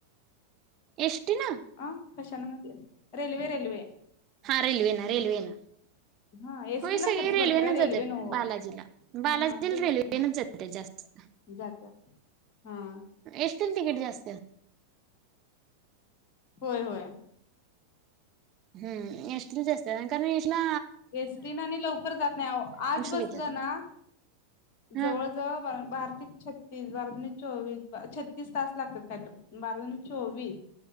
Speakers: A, on the right; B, on the left.
A: एस टी न?
B: अ कशानं म्हणजे रेल्वे रेल्वे
A: हा रेल्वे न रेल्वे न.
B: हा एसटी
A: होय
B: ला
A: सगळी
B: खर्च
A: रेल्वेन
B: भरपूर आहे रेल्वे
A: जात्यात
B: नव्ह
A: बालाजीला, बालाजीला
B: हा तेच
A: रेल्वेनच
B: की
A: जात्यात जास्त.
B: जात्यात, हां.
A: एस टी ला तिकीट जास्त.
B: होय होय.
A: हम्म एस टी ला जास्त हाय, कारण इथला
B: एस टी न आणि लवकर जात नाही आवो, आज बसलं
A: घेतात.
B: ना
A: हा
B: जवळ जवळ बारातीक छत्तीस, बारा दोनी चोवीस, छत्तीस तास लागत्यात काय तर. बारा दोणी चोवीस.